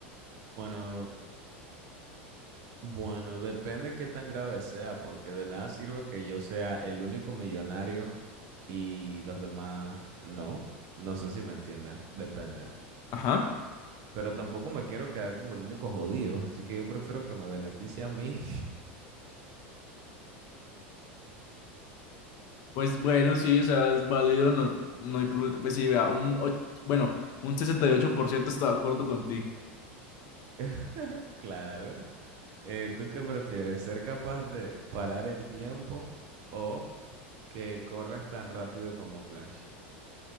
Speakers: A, on the right; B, on the left.
A: Bueno, bueno, depende qué tan grave sea, porque de nada sirve que yo sea el único millonario y los demás no. No sé si me entiendes, Depende.
B: Ajá.
A: pero tampoco me quiero quedar como el único jodido, así que yo prefiero que me beneficie a mí.
B: Pues bueno, sí, o sea, es válido, no, no hay problema. Pues sí, vea, un, och- bueno, un 68% está de acuerdo con ti.
A: <laughs> Claro. Eh, ¿tú qué prefieres? ¿Ser capaz de parar el tiempo o que corras tan rápido como Flash?